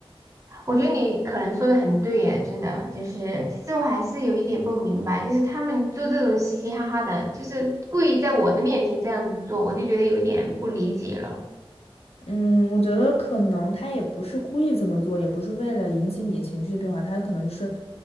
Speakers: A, on the right; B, on the left.
A: 我觉得你可能说的很对耶，真的，就是其实我还是有一点不明白，就是他们做这种嘻嘻哈哈的，就是故意在我的面前这样子做，我就觉得有点不理解了。
B: 嗯，我觉得可能他也不是故意这么做，也不是为了引起你情绪的变化，他可能就是，